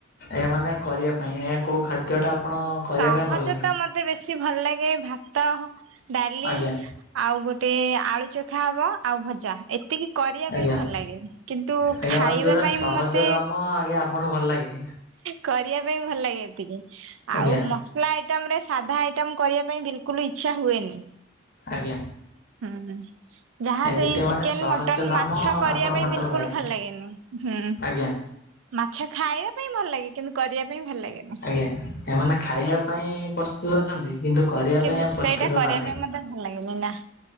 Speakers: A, on the left (about 50°); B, on the right (about 80°).
A: ଏ ମାନେ କରିବା ପାଇଁ ଏ କୋଉ ଖାଦ୍ୟ ଟା ଆପଣ କରିବା
B: ସହଜ
A: ପାଇଁ ଭଲ ଲାଗେ?
B: ତ ମୋତେ ବେଶୀ ଭଲ ଲାଗେ ଭାତ ହ ଡାଲି
A: ଆଜ୍ଞା
B: ଆଉ ଗୋଟେ ଆଳୁ ଚଖା ହବ ଆଉ ଭଜା ଏ ଏତିକି କରିବା
A: ଆଜ୍ଞା
B: ପାଇଁ ଭଲ ଲାଗେ। କିନ୍ତୁ
A: ଆଜ୍ଞା
B: ଖାଇବା
A: ମାନେ ଯୋଉଟା
B: ପାଇଁ
A: ସହଜ
B: ମୋତେ
A: କାମ ଆଜ୍ଞା ଆପଣଙ୍କୁ ଭଲ ଲାଗେ?
B: କରିବା ପାଇଁ ଭଲ ଲାଗେ ଏତିକି ଆଉ
A: ଆଜ୍ଞା
B: ମସଲା ତ ଆମର ଏ ସାଧା ଆଇଟମ୍ କରିବା ପାଇଁ ବିଲକୁଲ ଇଚ୍ଛା ହୁଏନି।
A: ଆଜ୍ଞା।
B: ହଁ। ଯାହା ସେଇ
A: ଦ୍ଵିତୀୟ
B: ଚିକେନ୍,
A: ମାନେ ସହଜ
B: ମଟନ୍
A: କାମ
B: ମାଛ କରିବା
A: ଆପଣଙ୍କୁ
B: ପାଇଁ
A: କରିତେ
B: ବିଲକୁଲ
A: ଲାଗେ?
B: ଭଲ ଲାଗେନି। ହୁଁ,
A: ଆଜ୍ଞା
B: ମାଛ ଖାଇବା ପାଇଁ ଭଲ ଲାଗେ କିନ୍ତୁ କରିବା ପାଇଁ ଭଲ ଲାଗେ
A: ଆଜ୍ଞା ଏମାନେ ଖାଇବା ପାଇଁ ପ୍ରସ୍ତୁତ ଅଛନ୍ତି କିନ୍ତୁ କରିବା
B: କିନ୍ତୁ
A: ପାଇଁ
B: ସେଇଟା
A: ପ୍ରସ୍ତୁତ
B: କରିବା
A: ନାହାନ୍ତି
B: ପାଇଁ ମତେ ଭଲ ଲାଗେନି ନା